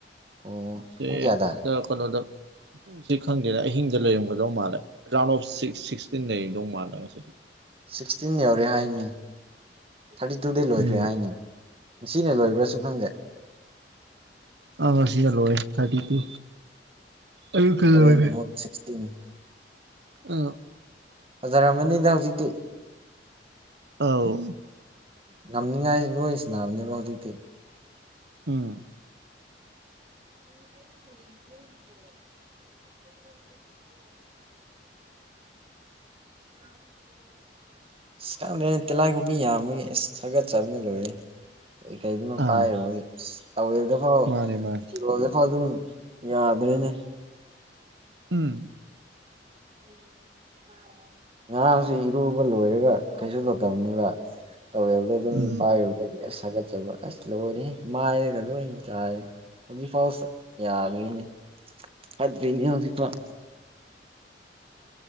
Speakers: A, on the right; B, on the right.
A: ꯑꯣ
B: ꯁꯦ
A: ꯄꯨꯡ ꯀꯌꯥꯗ
B: ꯀꯩꯅꯣꯗ ꯀꯩꯅꯣꯗ ꯄꯨꯡꯁꯦ ꯈꯪꯗꯦꯅ ꯑꯍꯤꯡꯗ ꯂꯩꯏꯔꯝꯒꯗꯧ ꯃꯥꯜꯂ ꯔꯥꯎꯟ ꯑꯣꯐ ꯁꯤꯛ ꯁꯤꯛꯁꯇꯤꯟ ꯂꯩꯔꯝꯗꯧ ꯃꯥꯜꯂꯦ ꯉꯁꯤꯗꯤ
A: ꯁꯤꯛꯇꯤꯟ ꯌꯧꯔꯦ ꯍꯥꯏꯅꯦ ꯊꯥꯔꯇꯤ ꯇꯨꯗꯤ ꯂꯣꯏꯈ꯭ꯔꯦ
B: ꯎꯝ
A: ꯍꯥꯏꯅꯦ ꯉꯁꯤꯅ ꯂꯣꯏꯕ꯭ꯔꯥꯁꯨ ꯈꯪꯗꯦ
B: ꯑ ꯉꯁꯤꯅ ꯂꯣꯢꯔꯦ ꯊꯥꯔꯇꯤ ꯇꯨ ꯑꯌꯨꯛꯇ
A: ꯍꯣꯔꯦꯟ
B: ꯂꯣꯏꯈ꯭ꯔꯦ
A: ꯑꯃꯨꯛ ꯁꯤꯁꯇꯤꯟ
B: ꯑꯝ꯫
A: ꯐꯖꯔꯔꯕꯅꯤꯗ ꯍꯧꯖꯤꯛꯇꯤ꯫
B: ꯑꯧ꯫
A: ꯉꯝꯅꯤꯡꯉꯥꯏ ꯂꯣꯏ ꯁꯥꯟꯅꯕꯅꯦꯕ ꯍꯧꯖꯤꯛꯇꯤ꯫
B: ꯎꯝ꯫
A: <unintelligible> <unintelligible> <unintelligible> <unintelligible> ꯑꯁ ꯀꯥꯟꯗ꯭ꯔꯦꯅ ꯇꯤꯂꯥꯏꯈꯣꯝꯕꯤ ꯌꯥꯝꯕꯒꯤ ꯑꯁ ꯍꯥꯒꯠꯆꯕꯅ ꯂꯣꯏꯔꯦ꯫ ꯑꯩ ꯀꯩꯗꯅꯣꯝ
B: ꯑꯥ
A: ꯄꯥꯏꯔꯨꯕꯒꯤ ꯇꯋꯦꯜꯗ ꯀꯣ
B: ꯃꯥꯅꯦ ꯃꯥꯅꯦ
A: ꯐꯤꯔꯣꯜ ꯑꯗꯨꯝ ꯌꯥꯗ꯭ꯔꯦꯅꯦ꯫
B: ꯎꯝ꯫
A: <unintelligible> ꯉꯥꯥꯔꯥꯡꯁꯦ ꯏꯔꯨꯕ ꯂꯣꯏꯔꯒ ꯀꯩꯁꯨ ꯇꯧꯗꯕꯅꯦꯕ ꯇꯧꯋꯦꯜꯗ ꯑꯗꯨꯝ
B: ꯎꯝ
A: ꯄꯥꯏꯔꯨꯕꯗ ꯁꯥꯒꯠꯆꯕ ꯑꯁ ꯂꯣꯏꯔꯦꯍꯦ ꯃꯥꯏꯗꯒ ꯂꯣꯏ ꯆꯥꯏꯔꯦ꯫ ꯍꯧꯖꯤꯐꯥꯎ ꯌꯥꯗ꯭ꯔꯤꯅꯦ ꯐꯠꯇ꯭ꯔꯤꯅꯦ ꯍꯧꯖꯤꯐꯥꯎ꯫
B: ꯑꯣ